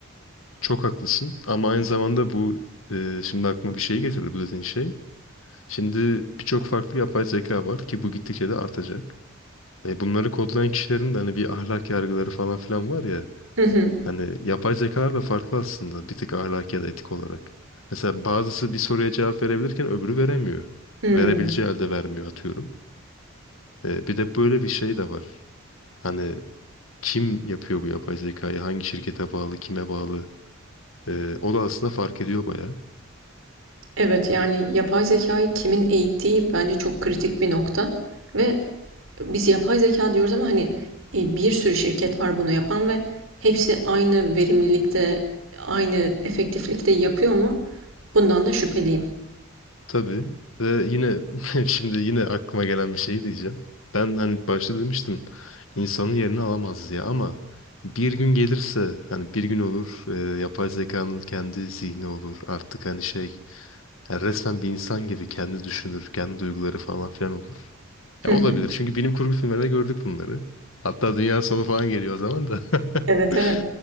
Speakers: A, on the left (about 80°); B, on the right (about 75°).
A: Çok haklısın ama aynı zamanda bu e, şimdi aklıma bir şey getirdi bu dediğin şey. Şimdi birçok farklı yapay zeka var ki bu gittikçe de artacak. E, bunları kodlayan kişilerin de hani bir ahlak yargıları falan filan var ya.
B: Hı hı.
A: Hani yapay zekalar da farklı aslında bir tık ahlaki ya da etik olarak. Mesela bazısı bir soruya cevap verebilirken öbürü veremiyor.
B: Hmm.
A: Verebileceği halde vermiyor atıyorum. E, bir de böyle bir şey de var. Hani kim yapıyor bu yapay zekayı? Hangi şirkete bağlı? Kime bağlı? Ee, o da aslında fark ediyor baya.
B: Evet yani yapay zekayı kimin eğittiği bence çok kritik bir nokta. Ve biz yapay zeka diyoruz ama hani e, bir sürü şirket var bunu yapan ve hepsi aynı verimlilikte, aynı efektiflikte yapıyor mu? Bundan da şüpheliyim.
A: Tabii. Ve yine <laughs> şimdi yine aklıma gelen bir şey diyeceğim. Ben hani başta demiştim insanın yerini alamaz diye ama bir gün gelirse hani bir gün olur e, yapay zekanın kendi zihni olur artık hani şey Yani resmen bir insan gibi kendi düşünür, kendi duyguları falan filan olur.
B: Hı
A: Ya
B: hı.
A: olabilir. Çünkü bilim kurgu filmlerinde gördük bunları. Hatta dünya sonu falan geliyor o zaman da. <laughs>
B: Evet evet.